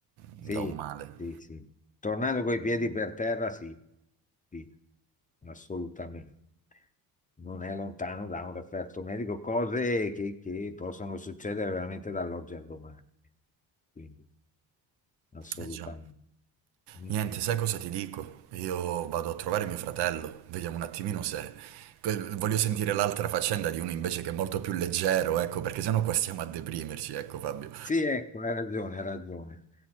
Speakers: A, on the right; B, on the left.
A: da
B: Sì,
A: un male.
B: sì, sì. Tornando coi piedi per terra, sì, sì, assolutamente. Non è lontano da un referto medico, cose che, che possono succedere veramente dall'oggi al domani. Quindi, assolutamente.
A: Eh già.
B: Mm,
A: Niente,
B: mm.
A: sai cosa ti dico? Io vado a trovare mio fratello, vediamo un attimino se... que- Voglio sentire l'altra faccenda di uno invece che è molto più leggero, ecco, perché sennò qua stiamo a deprimerci, ecco Fabio.
B: Sì, ecco, hai ragione, hai ragione.